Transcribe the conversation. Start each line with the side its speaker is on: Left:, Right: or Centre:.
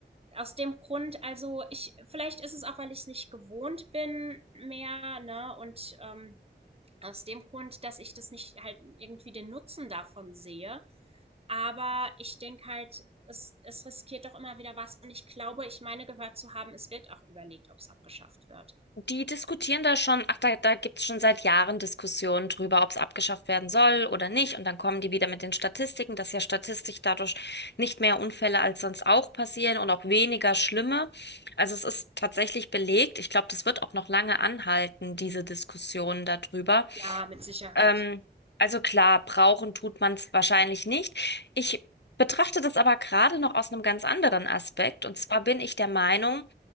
Right: aus dem Grund also, ich vielleicht ist es auch, weil ich es nicht gewohnt bin mehr, ne? Und, ähm, aus dem Grund, dass ich das nicht halt irgendwie den Nutzen davon sehe, aber ich denke halt, es, es riskiert doch immer wieder was. Und ich glaube, ich meine gehört zu haben, es wird auch überlegt, ob es abgeschafft wird.
Left: Die diskutieren da schon, ach, da, da gibt es schon seit Jahren Diskussionen drüber, ob es abgeschafft werden soll oder nicht. Und dann kommen die wieder mit den Statistiken, dass ja statistisch dadurch nicht mehr Unfälle als sonst auch passieren und auch weniger schlimme. Also es ist tatsächlich belegt. Ich glaube, das wird auch noch lange anhalten, diese Diskussion darüber.
Right: Ja, mit Sicherheit.
Left: Ähm, also klar, brauchen tut man es wahrscheinlich nicht. Ich betrachte das aber gerade noch aus einem ganz anderen Aspekt. Und zwar bin ich der Meinung,